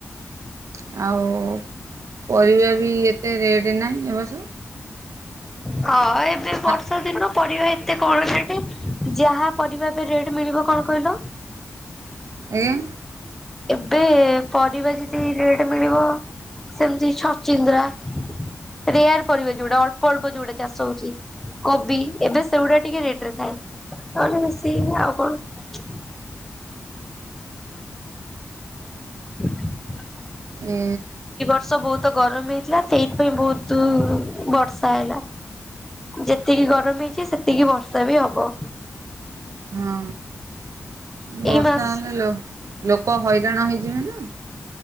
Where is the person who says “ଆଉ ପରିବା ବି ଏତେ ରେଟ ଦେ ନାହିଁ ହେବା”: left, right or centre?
Right